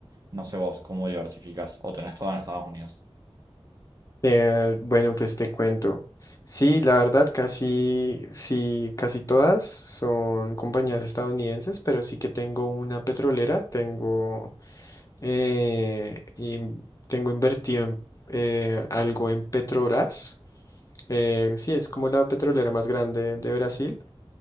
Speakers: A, on the right (about 40°); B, on the left (about 35°).
A: No sé vos cómo diversificás o tenés todo en Estados Unidos.
B: Eh, bueno, pues te cuento. Sí, la verdad, casi, sí, casi todas son compañías estadounidenses, pero sí que tengo una petrolera, tengo, eh, in- tengo invertido en, eh, algo en Petrobras. Eh, sí, es como la petrolera más grande de Brasil